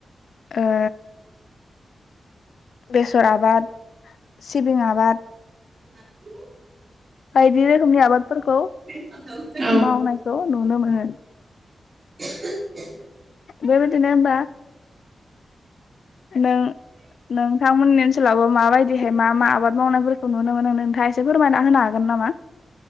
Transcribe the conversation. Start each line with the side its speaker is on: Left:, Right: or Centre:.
Left: ओ बेसर आबाद सिबिं आबाद
Right: <inaudible>
Left: बायदि रोखोमनि आबादफोरखौ
Right: औ औ
Left: मावनायखौ नुनो मोनो।
Right: <inaudible>
Left: बेबायदिनो बा नों नोंथांमोननि ओनसोलावबो माबायदिहाय मा-मा आबाद मावनायफोरखौ नुनो मोनो नोंथाङा एसे फोरमायना होनो हागोन नामा? मा-मा?